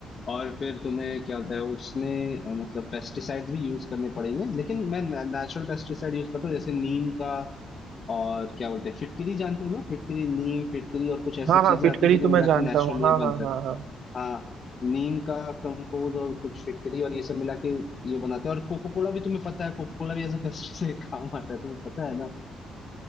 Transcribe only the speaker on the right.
हाँ हाँ
फिटकरी
तो मैं
जानता
हूँ हाँ
हाँ
हाँ
हाँ